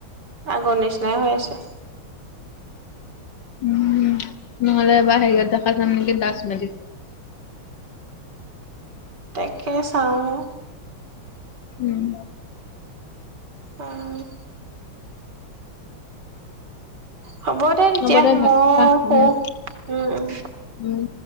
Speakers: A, on the right; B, on the left.
A: আগৰ নিচিনাই হৈ আছে।
B: উম, নহলে বা হেৰি এটা দেখা যাম নেকি দাস মেডিকেলত
A: তাকে চাওঁ।
B: উম।
A: অ'। হ'ব দে তেতিয়া।
B: হ'ব ভাত
A: মই
B: খা
A: শু।
B: উম,
A: উম - উম।
B: উম।